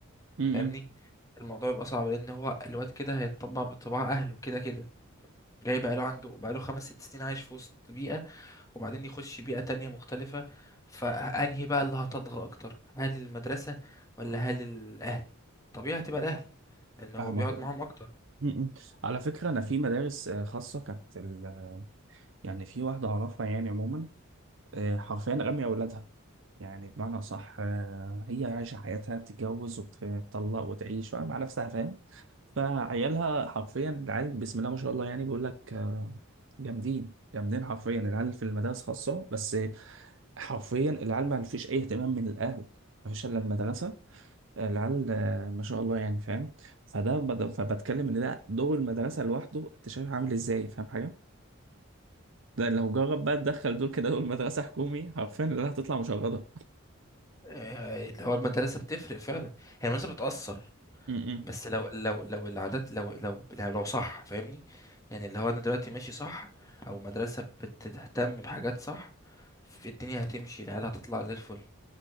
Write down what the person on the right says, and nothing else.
م- م-
فاهمك
اه
م- م. على فكرة أنا في مدارس آه، خاصة كانت ال... يعني في واحدة أعرفها يعني عموما آه، حرفيا رامية أولادها يعني بمعنى صح آه، هي عايشة حياتها بتتجوز وبتطلق وتعيش مع نفسها فاهم فعيالها حرفيا العيال بسم الله ما شاء الله يعني بيقول لك آه، جامدين جامدين حرفيا العيال في المدارس خاصة بس حرفيا العيال ما فيش اي اهتمام من الاهل ما فيش الا المدرسه العيال آه، ما شاء الله يعني فاهم فده بد- فبتكلم ان ده دور المدرسه لوحده انت شايف عامل ازاي فاهم حاجه ده لو جرب بقى تدخل دول كده دول مدرسه حكومي حرفيا اللي هتطلع مشردة
م-